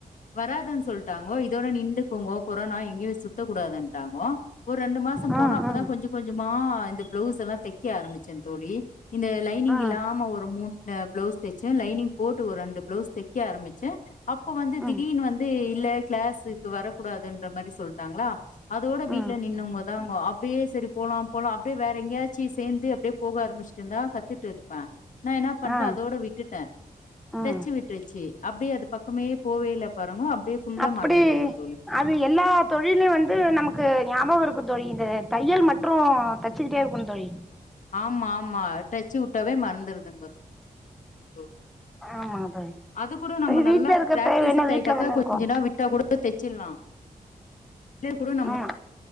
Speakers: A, on the left; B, in the centre.
A: வராததுன்னு சொல்ட்டாங்கோ இதோட நின்றுக்கங்கோ கொரோனா எங்கேயே சுத்தக் கூடாதுன்ட்டாங்க வுட்டாங்கோ ஒரு ரெண்டு மாசோ
B: ம்
A: போனா அப்பதா
B: ம்
A: கொஞ்ச கொஞ்சமா இந்த பிளவுஸ் எல்லா தெக்க ஆரம்பிச்சே தோழி இந்த லைனிங்
B: ம்
A: இல்லாம ஒரு மூணு பிளவுஸ் தெச்ச லைனிங் போட்டு ஒரு ரெண்டு பிளவுஸ் தெக் க்க ஆரம்பிச்சே அப்ப வந்து
B: ம்
A: திடீனு வந்து இல்ல கிளாஸுக்கு வரக்கூடாதுன்ற மாதிரி சொல்லிட்டாங்களா அதோட வீட்ல
B: ம்
A: நின்னோவுங்க விட்டாங்கோ அப்டியே சேரி போலா போலா அப்டியே வேற எங்கேயாச்சு சேந்து அப்டியே போக ஆரம்பிச்சிட்டு இர்ந்தா கத்துட்டு இருப்பே நா என்ன பண்ட்டே
B: ஆ
A: அதோட விட்டுட்டே
B: ம்
A: டச்சு விட்டுருச்சு அப்டியே அது பக்கமே போவே இல்ல பாருங்கோ அப்டியே ஃபுல்லா
B: அப்படி
A: மறந்துட்டோங்க தோழி
B: அது எல்லா தொழிலு வந்து நமக்கு ஞாபகோ இருக்கோ தோழி இந்த தையல் மற்றோ தச் சுகிட்டே இருக்கனோ தோழி
A: ஆமா ஆமா டச்சு வுட்டாவே மறந்துடுதுங்க தோழி
B: ஆமாங்க தோழி
A: அது கூட நம்ம
B: வீட்ல
A: நல்லா
B: இருக்கப்ப
A: பிராக்டிஸ்
B: வேணா வீட்ல
A: ஆயிட்டாக்கா
B: தான
A: கொஞ்சனா
B: இருக்கோ
A: விட்டா கூட தெச்சிட்லா பிள்ளய கூட நம்ப
B: ஆமா